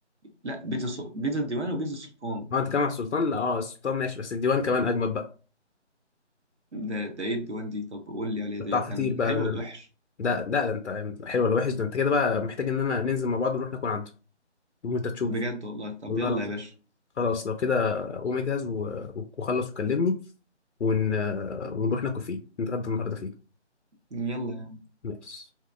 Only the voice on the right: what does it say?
لا بيتزا س- بيتزا الديوان وبيتزا السلطان
ده ده إيه الديوان دي طب قول لي عليه
ده
كان
حلو ولا وحش؟
بجد والله طب
يلا
يا باشا
يلا